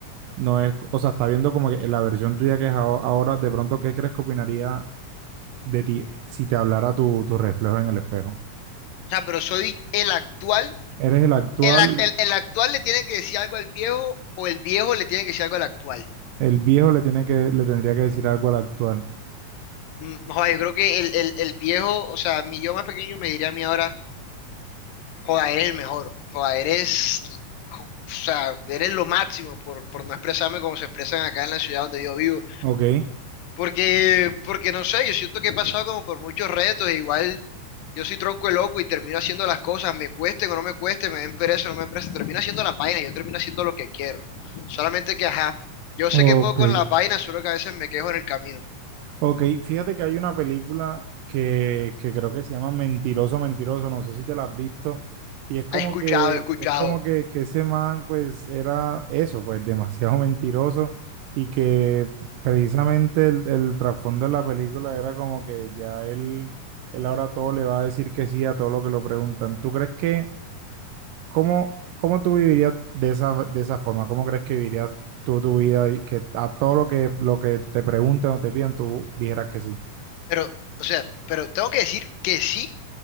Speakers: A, on the right (about 85°); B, on the left (about 85°).
A: no es, o sea, está viendo como que la versión tuya que es aho- ahora, de pronto, ¿qué crees que opinaría de ti si te hablara tu, tu reflejo en el espejo?
B: O sea, pero soy el actual
A: Eres el actual
B: el, ac-
A: y
B: el- el actual le tiene que decir algo al viejo o el viejo le tiene que decir algo al actual.
A: el viejo le tiene que, le tendría que decir algo al actual.
B: Mm, Joder, yo creo que el, el- el viejo, o sea, mi yo más pequeño me diría a mí ahora, joder, eres el mejor, joder, eres, jo- o sea, eres lo máximo por, por no expresarme como se expresan acá en la ciudad donde yo vivo.
A: Ok,
B: Porque, porque no sé, yo siento que he pasado como por muchos retos, e igual Yo soy tronco de loco y termino haciendo las cosas, me cueste o no me cueste, me den pereza o no me den pereza, termino haciendo las vainas, yo termino haciendo lo que quiero. Solamente que, ajá, yo sé
A: ok,
B: que puedo con las vainas, solo que a veces me quejo en el camino.
A: ok. Fíjate que hay una película que, que creo que se llama Mentiroso, Mentiroso, no sé si te la has visto. Y es como
B: He escuchado,
A: que,
B: he escuchado.
A: es como que, que ese man, pues, era eso, pues, demasiado <laughs> mentiroso. Y que precisamente el, el trasfondo de la película era como que ya él, él ahora todo le va a decir que sí a todo lo que lo preguntan. ¿Tú crees que ¿Cómo, cómo tú vivirías de esa, de esa forma? ¿Cómo crees que vivirías tú tu vida y que a todo lo que, lo que te pregunten o te pidan, tú dijeras que sí?
B: Pero, o sea, pero tengo que decir que sí